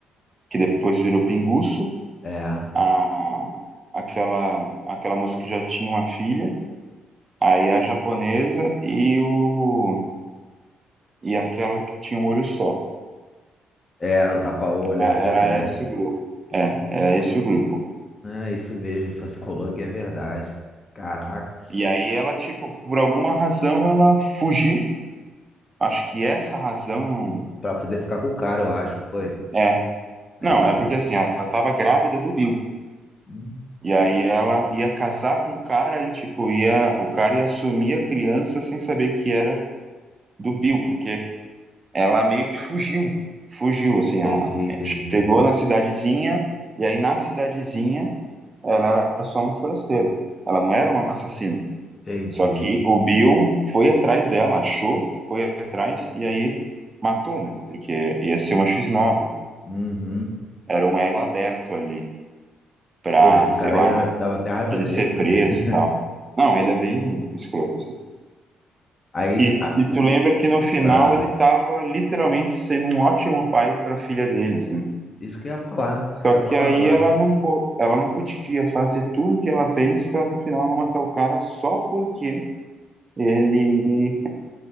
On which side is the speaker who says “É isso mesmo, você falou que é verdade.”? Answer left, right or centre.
Left